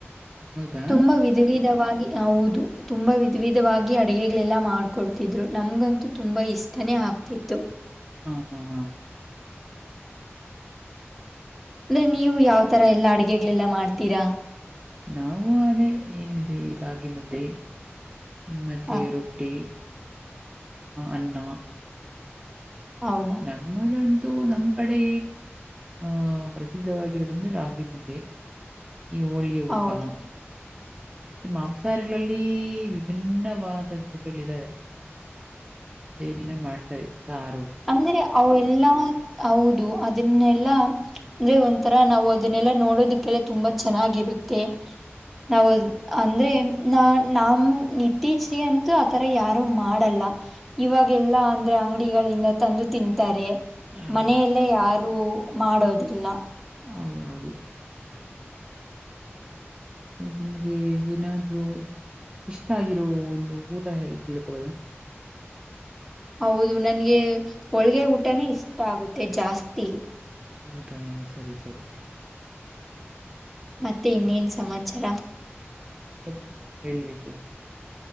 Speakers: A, on the right (about 20°); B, in the centre.
A: ಹೌದಾ
B: ತುಂಬಾ ವಿಧ ವಿಧವಾಗಿ ಹೌದು ತುಂಬಾ ವಿಧ ವಿಧವಾಗಿ ಅಡಗೆಗಳೆಲ್ಲ ಮಾಡ್ಕೊಡ್ತಿದ್ರು ನಮ್ಗಂತೂ ತುಂಬಾ ಇಷ್ಟ ನೇ ಆಗ್ತಿತ್ತು
A: ಹಾ ಹಾ ಹ ಸರಿ ಸರಿ
B: ಅಂದ್ರೆ ನೀವು ಯಾವ ತರ ಎಲ್ಲಾ ಅಡಗೆಗಳೆಲ್ಲ ಮಾಡ್ತೀರಾ??
A: ನಾವು ಅದೇ ಏನಿದೆ ರಾಗಿ ಮುದ್ದೆ ಮತ್ತೆ
B: ಹ
A: ರೊಟ್ಟಿ ಅನ್ನಾ
B: ಹೌದು
A: ನಮ್ಮಲದಂತೂ ನಮ್ ಕಡೆ ಆಹ ಪ್ರಸಿದ್ಧವಾಗಿರೋದಂದ್ರೆ ರಾಗಿ ಮುದ್ದೆ ಈ ಹೋಳಿಗೆ ಊಟ
B: ಹೌದಾ
A: ಮತ್ತೆ ಮಾಂಸಹಗಳಲ್ಲಿ ವಿಭಿನ್ನವಾದ ಪುಡ್ ಗಳ ಇದಾವೆ ಅ ಏನೇನೋ ಮಾಡ್ತಾರೆ ಸಾರು
B: ಅಂದ್ರೆ ಅವೆಲ್ಲಾ ಹೌದು ಅದನ್ನೆಲ್ಲಾ ಅಂದ್ರೆ ಒಂಥರಾ ನಾವು ಅದನ್ನೆಲ್ಲಾ ನೋಡೋದಕ್ಕೆಲ್ಲ ತುಂಬಾ ಚೆನ್ನಾಗಿರುತ್ತೆ ನಾವು ಅಂದ್ರೆ ನ ನಾನು ಇತ್ತೀಚಿಗೆ ಅಂತೂ ಆತರ ಯಾರು ಮಾಡಲ್ಲ ಇವಾಗ ಎಲ್ಲಾ ಅಂದ್ರೆ ಅಂಗಡಿಗಳಿಂದ ತಂದು ತಿಂತಾರೆ
A: ಹೌದು
B: ಮನೆಯಲ್ಲೇ ಯಾರು ಮಾಡೋದಿಲ್ಲಾ
A: ಹೌದೌದು ನಿಮಗೆ ಏನಾದ್ರೂ ಇಷ್ಟ ಆಗಿರೋ ಒಂದು ಊಟ ಹೇಳಿ ತಿಳ್ಕೊಳ್ಳೋದ
B: ಹೌದು ನನ್ಗೆ ಹೋಳಗೆ ಊಟನೇ ಇಷ್ಟ ಆಗುತ್ತೆ ಜಾಸ್ತಿ
A: ಹೌದಾ ಸರಿ ಸರಿ
B: ಮತ್ತೆ ಇನ್ನೇನ್ ಸಮಾಚಾರ
A: ಅ ಹೇಳ್ಬೇಕು